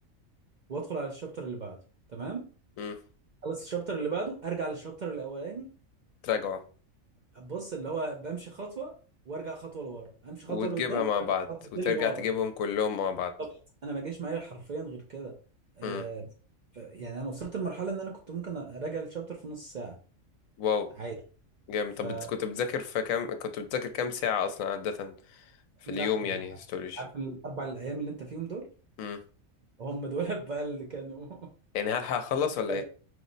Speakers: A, on the right; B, on the left.
A: وادخل على الشابتر اللي بعده تمام
B: مم.
A: اخلص الشابتر اللي بعده ارجع للشابتر الاولاني
B: تراجعوا
A: بص اللي هو بمشي خطوة وارجع خطوة لورا امشي
B: وتجيبها
A: خطوة لقدام
B: مع
A: وارجع
B: بعض
A: خطوتين
B: وترجع
A: لورا
B: تجيبهم كلهم مع بعض
A: طب انا ما جاش معايا حرفيا غير كده آه
B: مم.
A: ف- يعني انا وصلت لمرحلة ان انا كنت ممكن اراجع الشابتر في نص ساعة
B: واو
A: عادي
B: جامد
A: فلا
B: طب بت- كنت بتذاكر في كام كنت بتذاكر كام ساعة أصلا عادة في
A: ما
B: اليوم يعني هيستولوجي
A: عارف طيب الاربع الايام اللي انت فيهم دول
B: امم
A: هم دول <laughs> بقى اللي كانوا
B: يعني هلحق أخلص
A: <laughs>
B: ولا إيه